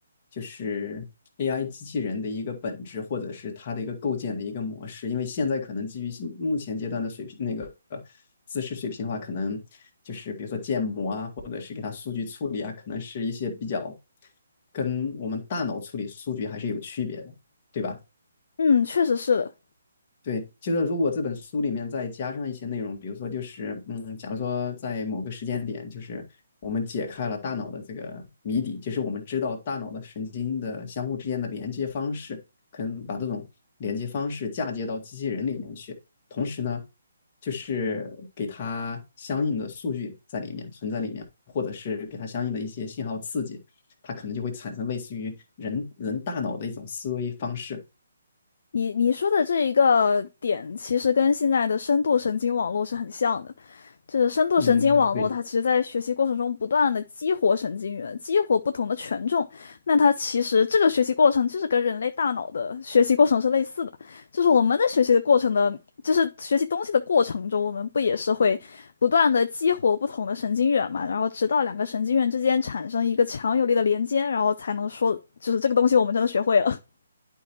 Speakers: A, on the left; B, on the left.
A: 就是 AI 机器人的一个本质，或者是它的一个构建的一个模式。因为现在可能基于现目前阶段的水平，那个呃知识水平的话，可能就是比如说建模啊，或者是给它数据处理啊，可能是一些比较跟我们大脑处理数据还是有区别的，对吧？
B: 嗯，确实是的。
A: 对，就是如果这本书里面再加上一些内容，比如说就是，嗯，假如说在某个时间点，就是我们解开了大脑的这个谜底，就是我们知道大脑的神经的相互之间的连接方式，可能把这种连接方式嫁接到机器人里面去，同时呢，就是给它相应的数据在里面存在里面，或者是给它相应的一些信号刺激，它可能就会产生类似于人人大脑的一种思维方式。
B: 你你说的这一个点，其实跟现在的深度神经网络是很像的。就是深度神经网络，
A: 嗯，对。
B: 它其实在学习过程中不断的激活神经元，激活不同的权重。那它其实这个学习过程就是跟人类大脑的学习过程是类似的，就是我们在学习的过程的，就是学习东西的过程中，我们不也是会不断的激活不同的神经元嘛？然后直到两个神经元之间产生一个强有力的连接，然后才能说，就是这个东西我们真的学会了。<laughs>